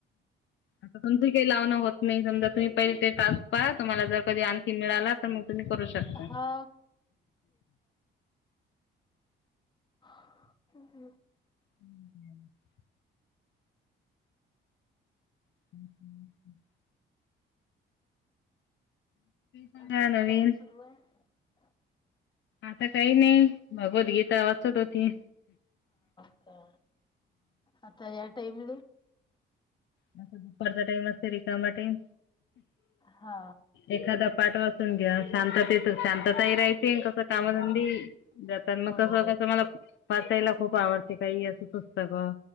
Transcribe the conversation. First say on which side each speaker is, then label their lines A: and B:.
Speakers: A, on the left; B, on the left.
A: आंता तुमची कांहीं लावणं होतं नाहीं समजा तुम्हीं पहिले ते टांस लाऊन पहां तुम्हांला जरं कधीं आणखी मिळालां तरं मंग तुम्हीं करूं शकतां
B: हा हम्मं हम्मं
A: हम् हम् <unintelligible> ह <unintelligible> काय
B: अजूंन
A: नवीन
B: कायं सुरूं आहेतं
A: आंता कांहीं नाहीं भगवद्गीता वांचत होती
B: अं आंता यां टाईमले
A: दुपारच्या टाईम असे रिकाम्या टाईम
B: हा
A: एखाद्या पांठ वाचते तूम्ही घ्यां शांत शांतता ही राहायते कसं कामधंदी
B: हा
A: जातं मंग
B: होऊन
A: तसं
B: जाईल
A: कसं मंला वाचांयला खूंप आवडते कांहीं येतं नसतां बां